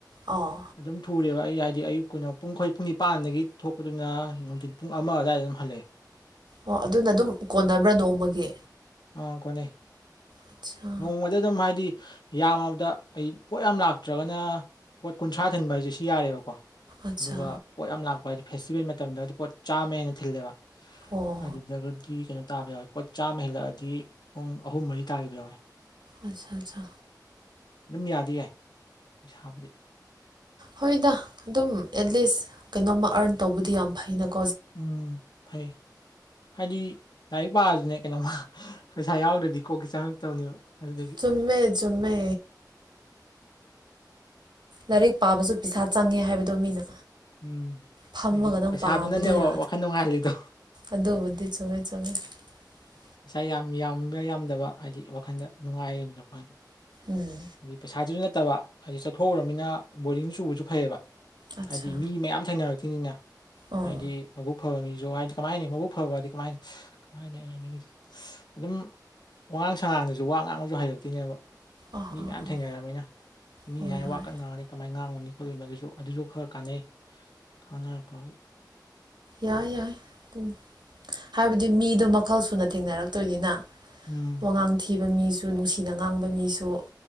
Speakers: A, on the right (about 85°); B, on the left (about 75°).
A: ꯑꯣ
B: ꯑꯗꯨꯝ ꯊꯨꯨꯔꯦꯕ ꯁꯤ ꯑꯌꯨꯛꯀꯤꯩꯅ ꯄꯨꯡ ꯑꯩꯈꯣꯏ ꯄꯨꯡ ꯅꯤꯄꯥꯟꯗꯒꯤ ꯊꯣꯛꯄꯗꯨꯅ ꯅꯨꯡꯊꯤꯟ ꯄꯨꯡ ꯑꯃ ꯑꯗꯨꯋꯥꯏꯗ ꯑꯗꯨꯝ ꯍꯜꯂꯛꯑꯦ
A: ꯑꯣ ꯑꯗꯨꯅ ꯑꯗꯨꯝ ꯀꯣꯟꯅꯕ꯭ꯔꯥ ꯅꯣꯡꯃꯒꯤ
B: ꯑ ꯀꯣꯅꯩ
A: ꯑꯠꯆꯥ
B: ꯅꯣꯡꯃꯗ ꯑꯗꯨꯝ ꯍꯥꯏꯗꯤ ꯌꯥꯝꯃꯕꯗ ꯑꯩ ꯄꯣꯠ ꯌꯥꯝ ꯂꯥꯛꯇ꯭ꯔꯒꯅ ꯄꯣꯠ ꯀꯨꯟꯊ꯭ꯔꯥ ꯊꯟꯕ ꯍꯥꯏꯁꯦ ꯁꯤ ꯌꯥꯔꯦꯕꯀꯣ
A: ꯑꯠꯆꯥ
B: ꯑꯗꯨꯒ ꯄꯣꯠ ꯌꯥꯝ ꯂꯥꯛꯄ ꯍꯥꯏꯗꯤ ꯐꯦꯁꯇꯤꯚꯦꯜ ꯃꯇꯝꯗꯗꯤ ꯄꯣꯠ ꯆꯥꯝꯃꯦ ꯍꯥꯏꯅ ꯊꯤꯜꯂꯦꯕ
A: ꯑꯣ
B: ꯑꯗꯨꯒꯗꯤ ꯀꯩꯅꯣ ꯇꯥꯕ ꯌꯥꯎꯋꯦ ꯄꯣꯠ ꯆꯥꯝꯃ ꯍꯦꯜꯂꯛꯑꯗꯤ ꯗꯤ ꯄꯨꯡ ꯑꯍꯨꯝ ꯃꯔꯤ ꯇꯥꯈꯤꯕ ꯌꯥꯎꯋꯦ
A: ꯑꯆꯥ ꯑꯠꯆꯥꯆꯥ
B: ꯑꯗꯨꯝ ꯌꯥꯗꯤ ꯌꯥꯏ ꯄꯩꯁꯥꯕꯨꯗꯤ
A: ꯍꯣꯏꯗ ꯑꯗꯨꯝ ꯑꯦꯠꯂꯤꯁ ꯀꯩꯅꯣꯝꯃ ꯑꯔꯟ ꯇꯧꯕꯗꯤ ꯌꯥꯝ ꯐꯩꯅ
B: ꯎꯝ ꯐꯩ ꯍꯥꯏꯗꯤ ꯂꯥꯏꯔꯤꯛ ꯄꯥꯔꯁꯨꯅꯦ ꯀꯩꯅꯣꯝꯃ ꯄꯩꯁꯥ ꯌꯥꯎꯗ꯭ꯔꯗꯤ ꯀꯣꯛꯀꯦ ꯆꯪꯉꯛꯇꯕꯅꯦꯕ ꯑꯗꯨꯗꯒꯤ
A: ꯆꯨꯝꯃꯦ ꯆꯨꯝꯃꯦ ꯂꯥꯏꯔꯤꯛ ꯄꯥꯕꯁꯨ ꯄꯩꯁꯥ ꯆꯪꯉꯦ ꯍꯥꯏꯕꯗꯣ ꯃꯤꯅ
B: ꯎꯝ
A: ꯐꯝꯃꯒ
B: ꯍꯥꯏꯗꯤ
A: ꯅꯪ
B: ꯄꯩꯁꯥꯗꯨꯅꯅꯦꯕ
A: ꯄꯥꯕꯗꯤ ꯌꯥ
B: ꯋꯥꯈꯜ ꯅꯨꯡꯉꯥꯏꯍꯜꯂꯤꯗꯣ
A: ꯑꯗꯨꯕꯨꯗꯤ <inaudible>
B: ꯄꯩꯁꯥ ꯌꯥꯝ ꯌꯥꯝꯕ ꯌꯥꯝꯗꯕ ꯍꯥꯏꯗꯤ ꯋꯥꯈꯟꯗ ꯅꯨꯡꯉꯥꯏꯈ
A: ꯎꯝ
B: ꯍꯥꯏꯗꯤ ꯄꯩꯁꯥꯗꯨꯏ ꯅꯠꯇꯕ ꯍꯥꯏꯗꯤ ꯆꯠꯊꯣꯛꯎꯔꯕꯅꯤꯅ ꯕꯣꯔꯤꯡ ꯆꯨꯕꯁꯨ ꯐꯩꯌꯦꯕ
A: ꯑꯠꯆꯥ
B: ꯍꯥꯏꯗꯤ ꯃꯤ ꯃꯌꯥꯝ ꯊꯦꯡꯅꯔꯛꯇꯣꯏꯅꯤꯅ
A: ꯑꯥ
B: ꯍꯥꯏꯗꯤ ꯃꯕꯨꯛ ꯐꯕ ꯃꯤ ꯀꯃꯥꯏꯅꯤ ꯃꯕꯨꯛ ꯐꯕꯗꯤ ꯀꯃ ꯀꯃꯥꯏ ꯑꯩ ꯍꯥꯏꯅꯤꯡꯉꯤꯁꯦ ꯑꯗꯨꯝ ꯋꯉꯥꯡ ꯁꯉꯥꯡꯗꯁꯨ ꯋꯥ ꯉꯥꯡꯕꯁꯨ ꯍꯩꯔꯛꯇꯣꯏꯅꯦꯕ
A: ꯑꯥ
B: ꯃꯤ
A: ꯑꯥ
B: ꯃꯌꯥꯝ
A: ꯑꯥ
B: ꯊꯦꯡꯅꯔꯕꯃꯤꯅ ꯃꯤ
A: ꯍꯣꯏ
B: ꯍꯥꯏꯅ
A: ꯍꯣꯏ
B: ꯋꯥ ꯀꯟꯅ ꯉꯥꯡꯉꯅꯤ ꯀꯃꯥꯏ ꯉꯥꯡꯉꯨꯅꯤ ꯑꯩꯈꯣꯏ ꯑꯗꯨꯁꯨ ꯑꯗꯨꯁꯨ ꯈꯔ ꯀꯥꯟꯅꯩ ꯀꯥꯟꯅꯔꯛꯄꯕꯨ
A: ꯌꯥꯏ ꯌꯥꯏ ꯗꯨꯝ ꯍꯥꯏꯕꯗꯤ ꯃꯤꯗꯣ ꯃꯈꯜ ꯁꯨꯅ ꯊꯦꯡꯅꯔꯛꯇꯣꯏꯅꯤꯅ
B: ꯎꯝ
A: ꯋꯥꯉꯥꯡ ꯊꯤꯕ ꯃꯤꯁꯨ ꯅꯨꯡꯁꯤꯅ ꯉꯥꯡꯕ ꯃꯤꯁꯨ